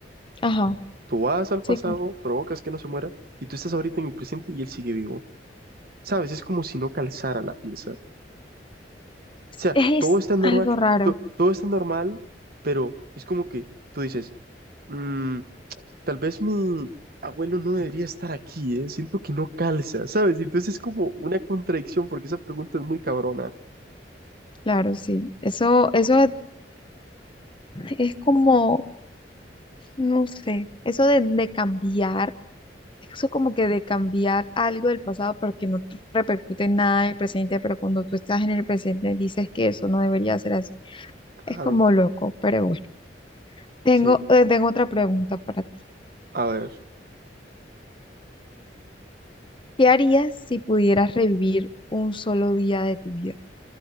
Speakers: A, on the left (about 30°); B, on the right (about 55°).
A: Ajá,
B: Tú vas al
A: sí,
B: pasado,
A: claro.
B: provocas que no se muera y tú estás ahorita en el presente y él sigue vivo, ¿sabes? Es como si no calzara la pieza. O sea,
A: Es
B: todo está normal,
A: algo raro,
B: to- todo está normal, pero es como que tú dices, "Mm, Tal vez mi abuelo no debería estar aquí, ¿eh? Siento que no calza, ¿sabes? Y Entonces es como una contradicción porque esa pregunta es muy cabrona.
A: claro, sí. Eso, eso Es como, no sé, eso de, de cambiar, eso como que de cambiar algo del pasado, pero que no te repercute en nada en el presente, pero cuando tú estás en el presente dices que eso no debería ser así. Es
B: Claro,
A: como loco, pero bueno. Tengo,
B: sí.
A: eh, tengo otra pregunta para ti.
B: A ver,
A: ¿Qué harías si pudieras revivir un solo día de tu vida?